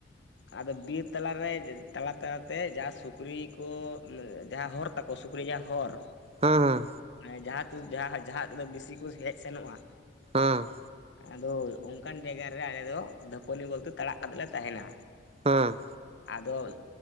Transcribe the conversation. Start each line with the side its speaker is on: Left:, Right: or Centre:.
Left: ᱟᱫᱚ ᱵᱤᱨ ᱛᱟᱞᱟᱨᱮ ᱛᱟᱞᱟ ᱛᱟᱞᱟᱛᱮ ᱡᱟ ᱥᱩᱠᱨᱤ ᱠᱚ ᱡᱟᱦᱟᱸ ᱦᱚᱨ ᱛᱟᱠᱚ ᱥᱩᱠᱨᱤ ᱡᱟ ᱦᱚᱨ
Right: ᱦᱮᱸ ᱦᱮᱸ
Left: ᱢᱟᱱᱮ ᱡᱟᱦᱟᱸ ᱡᱟᱦᱟᱸ ᱡᱟᱦᱟᱸ ᱛᱚ ᱵᱮᱥᱤ ᱠᱚ ᱦᱮᱡ ᱥᱮᱱᱚᱜ-ᱟ᱾
Right: ᱦᱮᱸ
Left: ᱟᱫᱚ ᱚᱱᱠᱟᱱ ᱡᱟᱭᱜᱟ ᱨᱮ ᱟᱞᱮ ᱫᱚ ᱫᱷᱟᱹᱯᱟᱹᱱᱤ ᱵᱚᱞᱛᱮ ᱛᱟᱲᱟᱜ ᱠᱟᱛᱮ ᱞᱮ ᱛᱟᱦᱮᱸᱱᱟ᱾
Right: ᱦᱮᱸ᱾
Left: ᱟᱫᱚ᱾